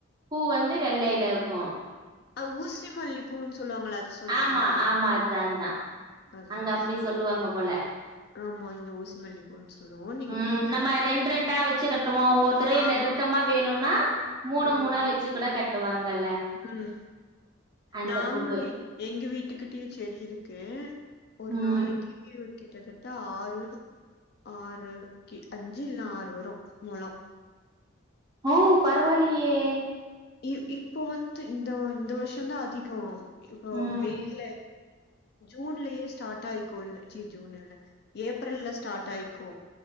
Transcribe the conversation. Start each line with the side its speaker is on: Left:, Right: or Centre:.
Right: பூ வந்து வெள்ளைல இருக்கு
Left: அ ஊசி மல்லிப்பூன் சொல்லுவாங்கள அத சொல்றீங்ளா
Right: ஆமா ஆமா அதுதா அதுதா
Left: அதுதா
Right: அங்க அப்டி சொல்லுவாங்க போல
Left: ஆமா இங்க ஊசி மல்லி பூன் சொல்லுவோன்
Right: ம் நம்ம ரெண்ட் ரெண்டா வெச்சு கட்டுவோ ஒவ்வருத்தரு
Left: ஆமா
Right: நெருக்கமா வேணுனா மூணு
Left: ம்
Right: மூணா வெச்சு கூட கட்டுவாங்கல்ல
Left: ம்
Right: அந்த
Left: நாங்களு
Right: பூவு
Left: எங்க வீட்டுக்கிட்டயு செடி இருக்கு ஒரு
Right: ம்
Left: நாளைக்கு எப்டியு கிட்டத்தட்ட ஆறு ஆறு கி அஞ்சு இல்லனா ஆறு வரு மொழோ
Right: ஓ பரவால்லயே
Left: இ இப்போ வந்து இந்த இந்த வர்ஷந்தா அதிக இப்போ
Right: ம்
Left: மேல ஜூன்லயே ஸ்டார்ட் ஆயிட் கும் அச்சோ ஜூன்ல இல்ல ஏப்ரல்லே ஸ்டார்ட் ஆயிக்கு